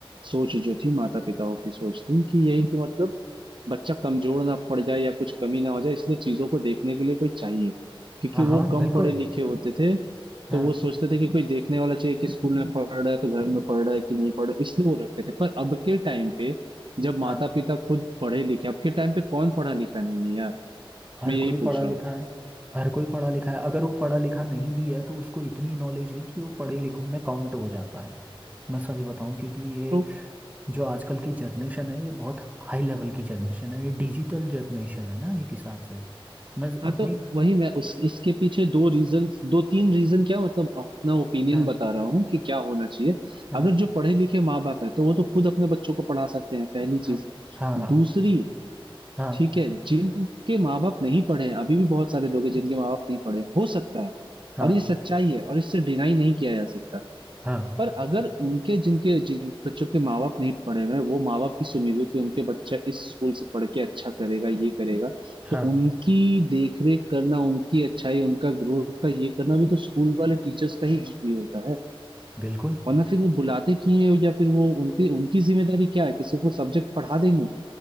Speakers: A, on the right; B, on the right.
A: सोच जो थी माता पिताओं की सोच थी कि यही कि मतलब बच्चा कमजोर ना पड़ जाए या कुछ कमी ना हो जाए इसलिए चीजों को देखने के लिए कोई चाहिए क्योंकि
B: हाँ हाँ
A: वो कम
B: बिल्कुल
A: पढ़े लिखे होते थे
B: हाँ
A: तो वो सोचते थे कि कोई देखने वाला चाहिए कि स्कूल में पढ़ रहा है तो घर में पढ़ रहा है कि नहीं पढ़ रहा है इसलिए वो रखते थे पर अब के टाइम पे जब
B: हाँ
A: माता पिता खुद पढ़े लिखे अब के टाइम पे कौन पढ़ा लिखा नहीं है यार
B: हर
A: मैं यही
B: कोई
A: पूछ
B: पढ़ा
A: रहा
B: लिखा
A: हूँ
B: है हर कोई पढ़ा लिखा है अगर वो पढ़ा लिखा नहीं भी है तो उसको इतनी नॉलेज है कि वो पढ़े लिखों में काउंट हो जाता है मैं सच बताऊं क्योंकि ये
A: तो
B: जो आजकल की जनरेशन है ये बहुत हाई लेवल की जनरेशन है ये डिजिटल जनरेशन है ना एक हिसाब से मैं
A: हाँ
B: अपनी
A: तो वही मैं उस इसके पीछे दो रीजन दो तीन रीजन क्या मतलब अपना ओपिनियन
B: हाँ
A: बता रहा हूँ कि क्या होना चाहिए
B: हाँ
A: अगर जो पढ़े लिखे माँ बाप है तो वो तो खुद अपने बच्चों को पढ़ा सकते हैं पहली
B: हाँ
A: चीज
B: हाँ हाँ
A: दूसरी
B: हाँ
A: ठीक है जिनके माँ बाप नहीं पढ़े हैं, अभी भी बहुत सारे लोग हैं जिनके माँ बाप नहीं पढ़े हैं, हो सकता है
B: हाँ
A: और ये सच्चाई है और इससे डिनाई नहीं किया जा सकता
B: हाँ
A: पर अगर उनके जिनके जिन बच्चों के माँ बाप नहीं पढ़े हुए हैं वो माँ बाप इस उम्मीद में कि उनके बच्चा इस स्कूल से पढ़ के अच्छा करेगा ये करेगा
B: हाँ
A: तो उनकी देख रेख करना उनकी अच्छाई उनका ग्रोथ का ये करना भी तो स्कूल वाले टीचर्स का ही ज- ये होता है
B: बिल्कुल
A: वरना फिर वो बुलाते क्यों हैं या फिर वो उनकी उनकी जिम्मेदारी क्या है कि सिर्फ वो सब्जेक्ट पढ़ा देंगे